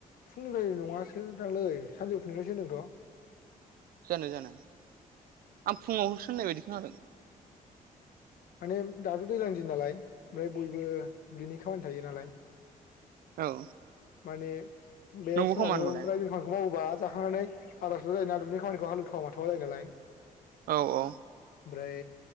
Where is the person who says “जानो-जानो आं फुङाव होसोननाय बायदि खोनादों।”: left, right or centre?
Right